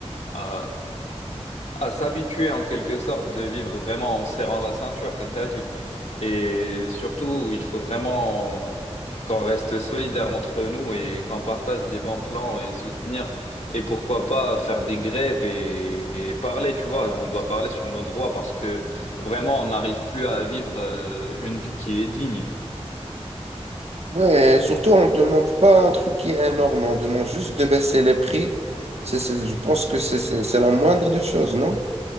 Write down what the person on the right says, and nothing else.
Ouais, et surtout, on ne demande pas un truc qui est énorme. On demande juste de baisser les prix. C'est, c'est- je pense que c'est c'est- c'est la moindre des choses, non?